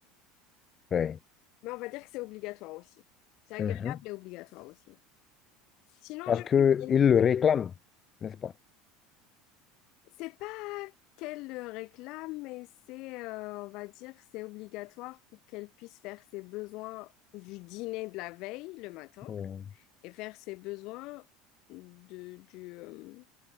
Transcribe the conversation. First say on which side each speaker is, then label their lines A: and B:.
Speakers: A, on the left (about 35°); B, on the left (about 60°).
A: Oui.
B: mais on va dire que c'est obligatoire aussi. C'est agréable
A: Mhm.
B: et obligatoire aussi. Sinon,
A: Parce
B: je
A: qu'ils
B: cuisine.
A: le réclament, n'est-ce pas?
B: C'est pas qu'elle le réclame, mais c'est, euh, on va dire, c'est obligatoire pour qu'elle puisse faire ses besoins du dîner de la veille, le matin,
A: Oui.
B: et faire ses besoins de, du, euh,